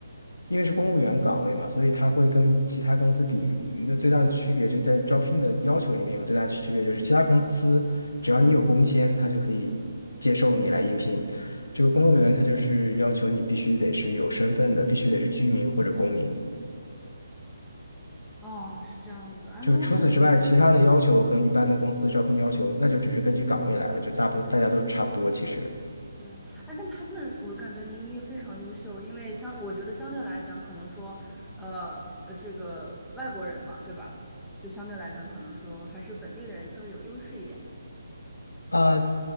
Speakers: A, on the left; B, in the centre.
A: 因为是公务员岗位嘛，所以他会跟其他公司比，有一个最大的区别就在招聘的要求里面有个最大的区别，就是其他公司只要你有工签，他就可以接受你来应聘。这个公务员他就是要求你必须得是有身份的，必须得是居民或者公民。
B: 哦，是这样子啊。
A: 就除此之外，
B: 那我
A: 其他的要求和一般的公司招聘要求，那就只是根据岗位来的，就大部大家都差不多其实。
B: 嗯，哎，但他们，我感觉您一定非常优秀，因为相，我觉得相对来讲，可能说，呃呃，这个外国人嘛，对吧？就相对来讲，可能说还是本地人稍微有优势一点。
A: 呃